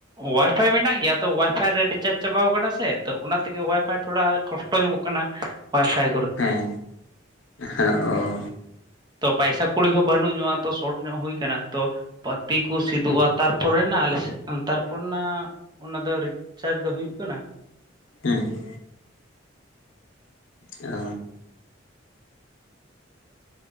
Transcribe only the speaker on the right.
ᱚᱣᱟᱭᱯᱷᱟᱭ ᱢᱮᱱᱟᱜ ᱜᱮᱭᱟ ᱛᱚ ᱚᱣᱟᱭᱯᱷᱟᱭ ᱨᱮ ᱨᱤᱪᱟᱨᱡᱽ ᱪᱟᱵᱟᱟᱣ ᱟᱠᱟᱱᱟ ᱥᱮ ᱛᱚ ᱚᱱᱟ ᱛᱮᱜᱮ ᱚᱣᱟᱭᱯᱷᱟᱭ ᱛᱷᱚᱲᱟ ᱠᱚᱥᱴᱚ ᱧᱚᱜᱚᱜ ᱠᱟᱱᱟ ᱚᱣᱟᱭᱯᱷᱟᱭ
ᱛᱚ ᱯᱟᱭᱥᱟ ᱠᱩᱲᱤ ᱦᱚᱸ ᱵᱟᱹᱱᱩᱜ ᱧᱚᱜᱼᱟ ᱛᱚ ᱥᱚᱴ ᱧᱚᱜ ᱦᱩᱭ ᱠᱟᱱᱟ ᱛᱚ ᱯᱟᱛᱤ ᱠᱚ ᱛᱩᱜᱼᱟ ᱛᱟᱨᱯᱚᱨᱮᱱᱟ ᱟᱞᱮᱥᱮᱫ ᱛᱟᱨᱯᱚᱨᱮ ᱱᱟ ᱚᱱᱟ ᱫᱚ ᱨᱤᱪᱟᱨᱡᱽ ᱫᱚ ᱦᱩᱭᱩᱜ ᱠᱟᱱᱟ᱾